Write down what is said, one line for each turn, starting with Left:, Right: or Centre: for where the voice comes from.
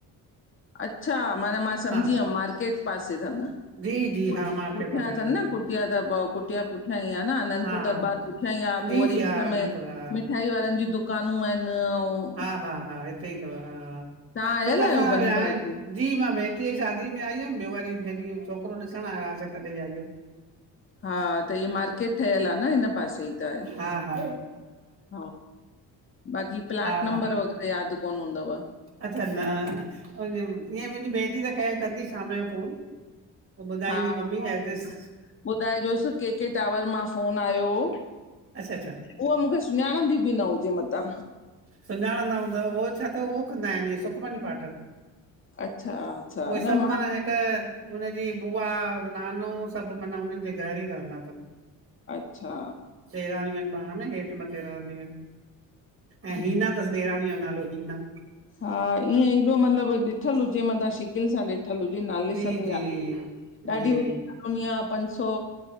Left: अच्छा! माना मां सम्झी
Right: हा
Left: वियमि, मार्केट पासे तनि। पु
Right: जी जी हा मार्केट
Left: पुठियां
Right: पासे रहंदा
Left: तनि न
Right: आहिनि
Left: कुटिया, त कुटिया पुठियां ई आ न आनंदपुर
Right: हा हा
Left: दरॿारु पुठियां ई आ,
Right: जी
Left: पोइ वरी
Right: जी हा
Left: विच
Right: आनंदपुर
Left: में
Right: हा
Left: मिठाई वारनि जी दुकानू आहिनि, अऊं
Right: हा- हा- हा हिते ई तव हा,
Left: तव्हां
Right: छो
Left: आयल
Right: त असां
Left: आहियो बनी
Right: विया
Left: पार्क में
Right: जी मां भेटीअ जी शादी में आई हुअमि। ॿियो वरी जॾहिं छोकिरो ॾिसणु आयासें, तॾहिं आई हुअमि।
Left: हा त हिय मार्केट ठहियलु आ न, हिनि पासे ई त आहे,
Right: हा, हा,
Left: हा। बाक़ी प्लाट-
Right: हा हा
Left: नंबरु वगैरह यादि कोन हूंदव?
Right: अच्छा न, ईअं मुंहिंजी भेटी त ख़ैरु कंदी शामु जो फ़ोनु। पोइ ॿुधाईंदी
Left: हा
Right: मम्मी एड्रेस।
Left: ॿुधाइजोसि के- के टावर मां फ़ोनु आयो हो।
Right: अच्छा -अच्छा।
Left: उहा मूंखे सुञाणंदी बि न हुजे मतां।
Right: सुञाणंदा हूंदव, हो छा त हो कंदा आहिनि, इ सुखमनी पाठु।
Left: अच्छा अच्छा
Right: उहे
Left: न
Right: सभु
Left: मां
Right: माना हिकु हुनजी बुआ- नानो सभु माना उन्हनि जे घरु ई रहंदा तनि।
Left: अच्छा।
Right: ॾेराणियूं आहिनि पाणु में, हेठि- मथे रहंदियूं आहिनि।
Left: हम्म,
Right: ऐं हीना तसि ॾेराणिअ जो नालो, हीना।
Left: हा ईअं एॾो मतलबु ॾिठलु हुजे, मथां शिकिल सां ॾिठ ठिल हुजे, नाले
Right: जी
Left: सां त
Right: जी
Left: यादिगिरी ॾाढी-
Right: जी
Left: वॾी पुनिया पंज सौ